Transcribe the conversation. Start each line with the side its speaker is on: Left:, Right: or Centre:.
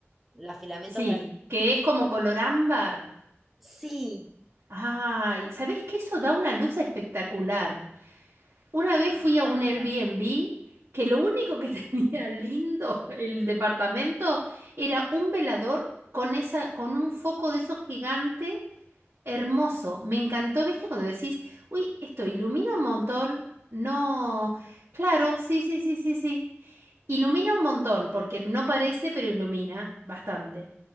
Centre: los filamentos
Right: Sí,
Centre: de... an-
Right: que es como color ámbar.
Centre: Sí,
Right: Ay, ¿sabés que eso da una luz espectacular? Una vez
Centre: me
Right: fui
Centre: encantan.
Right: a un Airbnb que lo único que <laughs> tenía lindo el departamento era un velador con esa, con un foco de esos gigantes Hermoso, me encantó, ¿viste? Cuando decís, uy, esto ilumina un montón, no, claro, sí, sí, sí, sí, sí. Ilumina un montón, porque no parece, pero ilumina bastante.